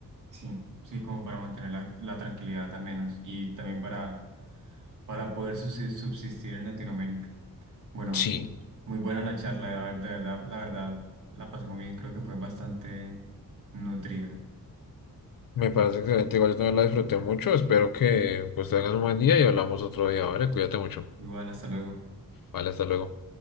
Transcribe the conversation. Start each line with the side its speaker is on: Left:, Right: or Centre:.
Right: Sí, sí, como para mantener la, la tranquilidad al menos, y también para, para poder subsi- subsistir en Latinoamérica. Bueno,
Left: Sí.
Right: Bu- muy buena la charla, de ver- de verdad, la verdad, la pasé muy bien, creo que fue bastante nutrida.
Left: Me parece excelente, igual yo también la disfruté mucho, espero que pues tengas un buen día y hablamos otro día, ¿vale? Cuídate mucho.
Right: Igual, hasta luego.
Left: Vale, hasta luego.